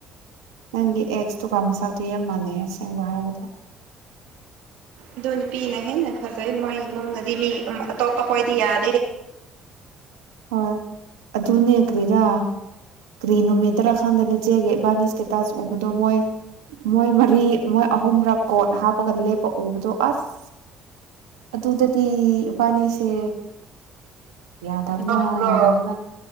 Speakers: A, on the right; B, on the right.
A: ꯅꯪꯒꯤ ꯑꯦꯛꯁꯇꯨꯀ ꯃꯆꯥꯎꯗꯨꯣ ꯌꯥꯝ ꯃꯥꯥꯟꯅꯩ ꯑꯁꯦꯡꯕ ꯍꯥꯏꯕꯗ
B: ꯑꯗꯨ ꯅꯨꯄꯤꯅ ꯍꯦꯟꯅ ꯐꯖꯩ ꯃꯣꯏꯃꯅꯨꯡꯗꯗꯤ ꯃꯤ ꯑꯇꯣꯞꯄ ꯍꯣꯏꯗꯤ ꯌꯥꯗꯦ
A: ꯍ ꯑꯗꯨꯨꯅꯦ ꯌꯦꯈ꯭ꯔꯔꯤꯔ ꯀ꯭ꯔꯤ ꯅꯨꯃꯤꯇꯔꯥ ꯈꯥꯟꯗꯅ ꯆꯦꯒꯦ ꯏꯕꯥꯅꯤ ꯏꯁꯇꯦꯇꯥꯁ ꯎꯕꯗꯣ ꯃꯣꯏ ꯃꯣꯏ ꯃꯔꯤ ꯃꯣꯏ ꯑꯍꯨꯝꯔꯛ ꯀꯣꯠ ꯍꯥꯞꯄꯒ ꯂꯦꯞꯄ ꯎꯕꯗꯣ ꯑꯁ ꯑꯗꯨꯗꯗꯤꯕꯥꯅꯤꯁꯦ ꯌꯥꯗꯕꯅ
B: ꯅꯣꯛꯄ꯭ꯔꯣ
A: ꯌꯥꯗꯕꯅ